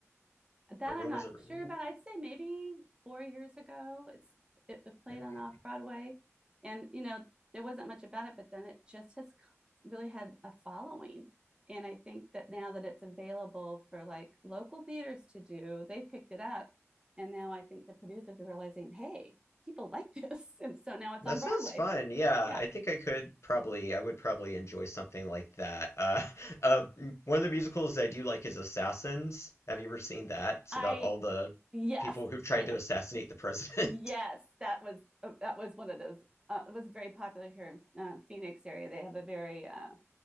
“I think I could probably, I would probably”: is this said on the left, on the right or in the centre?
Left